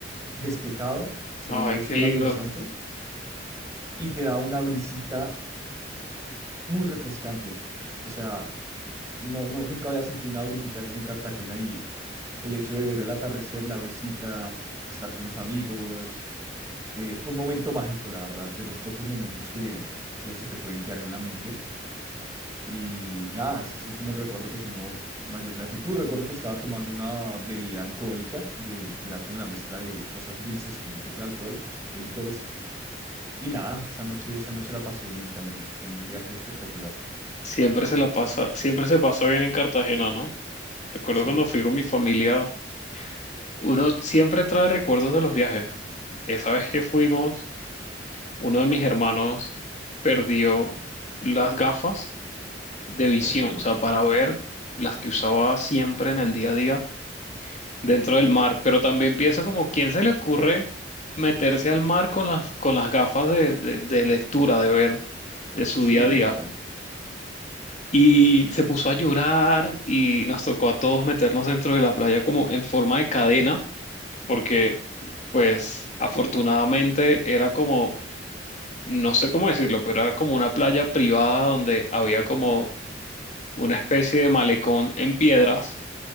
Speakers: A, on the right (about 15°); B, on the left (about 40°).
A: despejado, se
B: Ay,
A: veía el
B: qué
A: sol
B: lindo.
A: al horizonte y te daba una brisita muy refrescante. O sea, no, no, nunca había sentido una brisita de esas en Cartagena y el hecho de ver el atardecer, la brisita, estar con los amigos, eh, fue un momento mágico, la verdad, de los pocos momentos que, que se te pueden quedar en la mente Y nada, ese es como el recuerdo que tengo mayor gratitud. Recuerdo que estaba tomando una bebida alcohólica, de, que era como la mezcla de cosas dulces con un poco de alcohol, de licores. Y nada, esa noche, esa noche la pasé bien también. Fue un viaje espectacular.
B: Siempre se la pasa, siempre se pasa bien en Cartagena, ¿no? Recuerdo
A: Sí,
B: cuando fui con mi familia, uno siempre trae recuerdos de los viajes. Esa vez que fuimos, uno de mis hermanos perdió las gafas de visión,
A: ok.
B: o sea, para ver las que usaba siempre en el día a día dentro del mar, pero también pienso como, ¿quién se le ocurre meterse al mar con las, con las gafas de, de, de lectura, de ver, de su
A: Sí,
B: día a
A: ¿no?
B: día?
A: O sea,
B: Y se puso a llorar y nos tocó a todos meternos dentro de la playa como en forma de cadena, porque pues afortunadamente era como, no sé cómo decirlo, pero era como una playa privada donde había como una especie de malecón en piedras